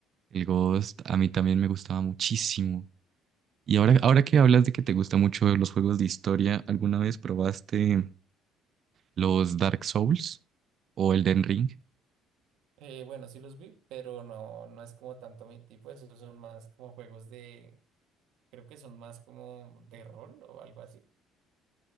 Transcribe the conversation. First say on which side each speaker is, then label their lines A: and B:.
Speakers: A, on the right; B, on the right.
A: El Ghost a mí también me gustaba muchísimo. Y ahora, ahora que hablas de que te gustan mucho los juegos de historia, ¿alguna vez probaste los Dark Souls o el Den Ring?
B: Eh, bueno, sí los vi, pero no, no es como tanto mi tipo, esos son más como juegos de, creo que son más como de rol o algo así.